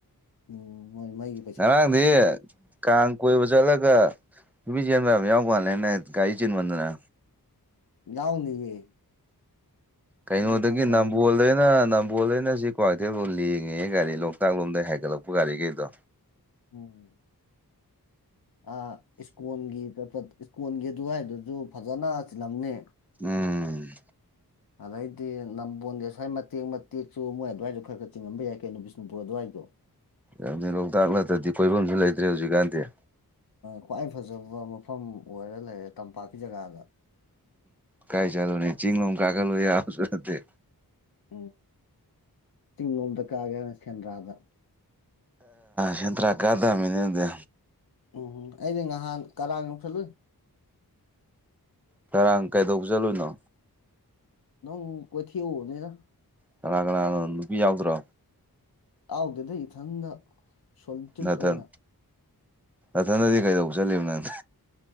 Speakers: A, on the left (about 70°); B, in the centre.
A: ꯎꯝ ꯃꯣꯏ ꯃꯥꯏꯒꯤ
B: ꯉꯔꯥꯡꯗꯤ ꯀꯥꯡ ꯀꯣꯏꯕ ꯆꯠꯂꯒ ꯅꯨꯄꯤ ꯆꯦꯟꯕꯕ ꯌꯥꯎ ꯀꯜꯂꯦꯅꯦ ꯒꯥꯔꯤ ꯆꯤꯟꯕꯅꯤꯅ
A: ꯌꯥꯎꯅꯤꯌꯦ
B: ꯀꯩꯅꯣꯗꯒꯤ
A: ꯑꯗꯨ ꯈꯪꯗꯕ
B: ꯅꯝꯕꯣꯜꯗꯩꯅ
A: ꯑꯩꯅ.
B: ꯕꯣꯂ ꯑꯩꯅ ꯁꯤ ꯀ꯭ꯋꯥꯏꯊꯦꯜꯣꯝ ꯂꯦꯡꯉꯦ ꯒꯥꯔꯤ ꯂꯣꯛꯇꯥꯛ ꯂꯣꯝꯗ ꯍꯥꯏꯒꯠꯂꯛꯄ ꯒꯥꯔꯤꯈꯩꯗꯣ
A: ꯎꯝ ꯑ ꯏꯁꯀꯣꯟꯒꯤ ꯏꯁꯀꯣꯟꯒꯤ ꯑꯗꯨꯋꯥꯏꯗꯨꯁꯨ ꯐꯖꯅ ꯆꯤꯜꯂꯝꯅꯦ
B: ꯎꯝ
A: ꯑꯗꯩꯗꯤ ꯅꯝꯕꯣꯟꯗꯦꯁ꯭ꯋꯥꯏ ꯃꯇꯦꯛ ꯃꯇꯦꯛꯁꯨ ꯃꯣꯏ ꯑꯗꯨꯋꯥꯏꯗꯁꯨ ꯈꯔ ꯈꯔ ꯆꯤꯡꯉꯝꯕ ꯌꯥꯏ ꯀꯩꯅꯣ ꯁꯅꯨꯄꯨꯔ ꯑꯗꯨꯋꯥꯏꯗꯣ
B: ꯌꯥꯝꯅꯤ ꯂꯣꯛꯇꯥꯛ ꯅꯠꯇ꯭ꯔꯗꯤ ꯀꯣꯏꯐꯝꯁꯨ ꯂꯩꯇ꯭ꯔꯦ ꯍꯧꯖꯤꯛꯀꯥꯟꯗꯤ
A: ꯈ꯭ꯋꯥꯏ ꯐꯖꯕ ꯃꯐꯝ ꯑꯣꯏꯔ ꯂꯩꯔꯦ ꯇꯝꯄꯥꯛꯀꯤ ꯖꯒꯥꯗ
B: ꯀꯥꯏ ꯆꯠꯂꯨꯅꯤ ꯆꯤꯡ ꯂꯣꯝ ꯀꯥꯈꯠꯂꯨ ꯌꯥꯕꯁꯨ ꯅꯠꯇꯦ꯫
A: ꯎꯝ ꯆꯤꯡꯂꯣꯝꯗ ꯀꯥꯒꯦ ꯍꯥꯏꯅ ꯁꯦꯟꯗ꯭ꯔꯥꯗ
B: ꯁꯦꯟꯗ꯭ꯔꯥ ꯀꯥ ꯇꯥꯝꯃꯤꯅꯦ ꯑꯗꯨꯗꯤ꯫
A: ꯎꯝꯝ ꯑꯩꯗꯤ ꯅꯍꯥꯟ ꯀꯔꯥꯡ ꯌꯧꯁꯜꯂꯨꯏ꯫
B: ꯀꯔꯥꯡ ꯀꯩꯗꯧꯕ ꯆꯠꯂꯨꯏꯅꯣ꯫
A: ꯑꯗꯨꯝ ꯀꯣꯏꯊꯦꯛꯎꯕꯅꯤꯗ꯫
B: ꯀꯅꯥ ꯀꯅꯥꯅꯣ ꯅꯨꯄꯤ ꯌꯥꯎꯗ꯭ꯔꯣ꯫
A: ꯌꯥꯎꯗꯦꯗ ꯏꯊꯟꯗ ꯁꯣꯂꯤꯇ꯭ꯌꯨꯠ
B: ꯅꯥꯊꯟ
A: ꯑꯣꯏꯅ
B: ꯅꯥꯊꯟꯗꯗꯤ ꯀꯩꯗꯧꯕ ꯆꯠꯂꯤꯕ ꯅꯪꯗꯤ꯫